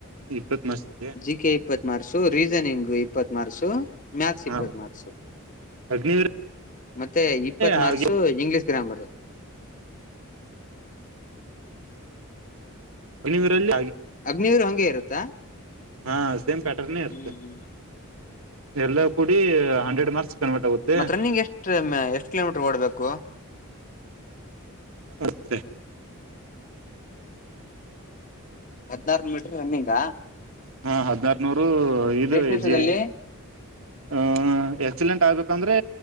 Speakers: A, on the right; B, on the left.
A: ಇಪ್ಪತ್ ಮಾರ್ಕ್ಸ್ ಗೆ
B: ಜ ಕೆ ಇಪ್ಪತ್ ಮಾರ್ಸು ರೀಸನಿಂಗ್ ಇಪ್ಪತ್ ಮಾರ್ಸು ಮ್ಯಾಥಸ್
A: ಹಾ
B: ಇಪ್ಪತ್ ಮಾರ್ಕ್ಸ
A: ಅಗ್ನಿವೀರಲ್ಲಿ
B: ಮತ್ತೆ ಇಪ್ಪತ್
A: ಹಾಗೆ
B: ಮಾರ್ಕ್ಸು ಇಂಗ್ಲೀಷ್ ಗ್ರಾಮ್ಮರ್
A: ಅನಿವೀರಲ್ಲಿ
B: ಅಗ್ನವೀರು ಹಂಗೆ ಇರುತ್ತಾ
A: ಹಾ ಸೇಮ್ ಪ್ಯಾಟರ್ನ್ೇ ಇರುತ್ತೆ
B: ಹ್ಮ್ ಹ್ಮ್
A: ಎಲ್ಲ ಕೂಡಿ ಹಂಡ್ರೆಡ್ ಮಾರ್ಕ್ಸ್ ಕನ್ವರ್ಟ್ ಆಗುತ್ತೆ
B: ಮತ್ತತ್ ರನ್ನಿಂಗ್ ಎಷ್ಟ ಎಷ್ಟ್ ಕಿಲೋಮೀಟರ್ ಓಡ್ಬೇಕು
A: <unintelligible>
B: ಹದ್ನಾರು ಮೀಟರ್ ರನ್ನಿಂಗ
A: ಹಾ ಹದನಾರನೂರು ಇದು ಎಜಿ
B: ನಿಮಿಷದಲ್ಲಿ
A: ಹ ಎಕ್ಸಿಲೆಂಟ್ ಆಗ್ಬೇಕಂದ್ರೆ